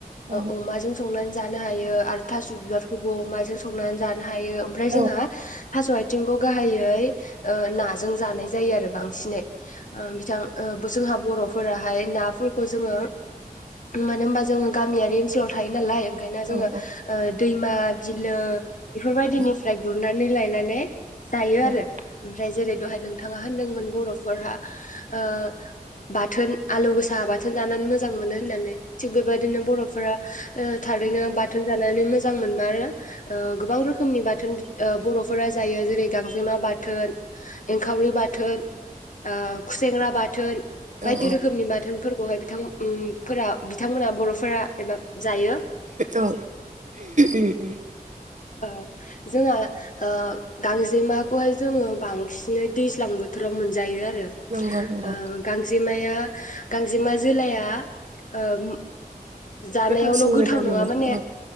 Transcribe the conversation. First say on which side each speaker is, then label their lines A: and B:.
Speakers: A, on the right (about 55°); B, on the left (about 55°).
A: औ उम
B: अमाजों संनानै जानो हायो आरो थास' बिबारखौबो अमाजों संनानै जानो हायो ओमफ्राय
A: औ
B: जोंहा थास' आयथि थिंखौ गाहायै ओ नाजों जानाय जा जायो आरो बांसिनै ओ बिथां जोंहा बर' फोराहाय नाफोरखौ जोङो मानो होनबा जोङो गामियारि ओनसोलाव थायो नालाय ओंखायनो जोङो
A: औ
B: ओ दैमा बिलो बेफोरबायदिनिफ्राय
A: औ
B: गुरना नै लायनानै जायो आरो
A: औ
B: ओमफ्राय जेरै दहाय नों थाङा होनदोंमोन बर'फोरा ओ बा बाथोन आलु गोसा बाथोन जानानै मोजां मोनो मोनो होननानै थिग बेबायदिनो बर'फोरा ओ थारैनो बा थोन जानानै मोजां मोनमारो। ओ गोबां रोखोमनि बाथोन ओ बर'फोरा जायो जेरै गांजेमा बाथोन एंखावरि बाथोन ओ खुसेेंग्रा बाथ थोन बायदि
A: उम
B: रोखोमनि बाथोन फोरखौहाय बिथां उम फोर बिथांमोना बर'फोरा एबा जायो
A: औ उम।
B: ओ जोंहा ओ गांजेमाखौहाय जोङो बांसिनै दैज्लां बोथोराव मोनजायो आ ओ
A: नंगौ नंगौ
B: गांजे माया गांजेमा जोलाया ओ उम। जानायावल'
A: गोथावसिन
B: गोथाव
A: मोदोमो
B: नङा माने
A: औ